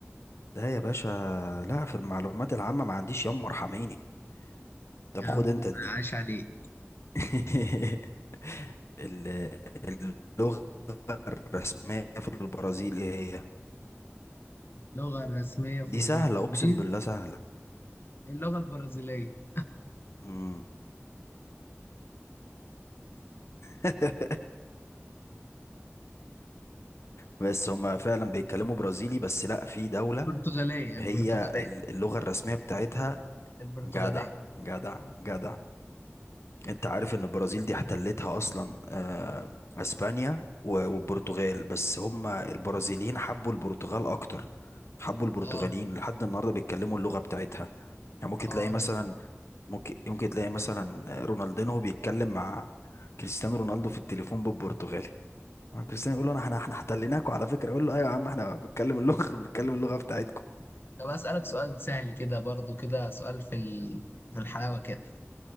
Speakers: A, on the left; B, on the left.
A: ده يا باشا لا في المعلومات العامة ما عنديش يما ارحميني طب
B: يا عم
A: خد انت دي
B: عاش عليك
A: <laughs> ال- اللغة الرسمية في البرازيل ايه هي
B: اللغة الرسمية في
A: دي
B: البرازيل
A: سهلة اقسم بالله سهلة
B: اللغة البرازيلية
A: مم. <laughs> بس هما فعلا بيتكلموا برازيلي بس لا في دولة
B: البرتغالية
A: هي
B: البرتغالية
A: ال- اللغة الرسمية بتاعتها
B: البرتغالية
A: جدع جدع جدع انت عارف ان البرازيل دي احتلتها اصلا آه، اسبانيا و- والبرتغال بس هم البرازيليين حبوا البرتغال اكتر حبوا البرتغاليين
B: أه
A: لحد النهارده بيتكلموا اللغه بتاعتها يعني ممكن
B: اه
A: تلاقي مثلا ممكن ممكن تلاقي مثلا رونالدينهو بيتكلم مع كريستيانو رونالدو في التليفون بالبرتغالي كريستيانو يقول له انا احنا احنا احتليناكوا على فكره يقول له ايوه يا عم احنا بنتكلم اللغه <laughs> بنتكلم اللغه بتاعتكم
B: طب أسألك سؤال سهل كده برضو كده سؤال في ال... في الحلاوة كده